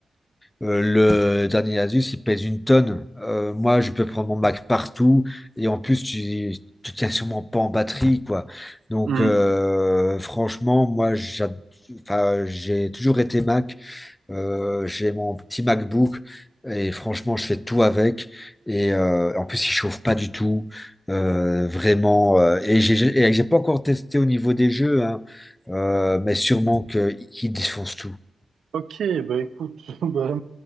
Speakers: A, on the left; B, on the right.
A: euh, le dernier Asus, il pèse une tonne. Euh, moi, je peux prendre mon Mac partout. Et en plus, tu ne tiens sûrement pas en batterie, quoi. Donc,
B: Hmm.
A: euh, franchement, moi, j'ad- enfin, j'ai toujours été Mac. Euh, j'ai mon petit MacBook. Et franchement, je fais tout avec. Et euh, en plus, il chauffe pas du tout. Euh, vraiment. euh, et j'ai j'ai- et j'ai pas encore testé au niveau des jeux, hein. Euh, mais sûrement que- qu'il défonce tout.
B: Ok, bah écoute, <laughs> bah,